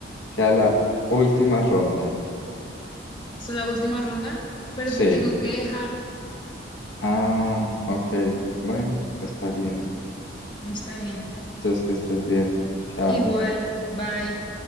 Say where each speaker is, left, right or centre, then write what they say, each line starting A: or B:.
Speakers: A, on the left; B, on the left.
A: Queda la última ronda.
B: Esta es la última ronda, pero
A: Sí.
B: te tengo que dejar.
A: Ah, ok. Bueno, está bien.
B: Está bien.
A: Entonces que estés bien. Chao.
B: Igual. Bye.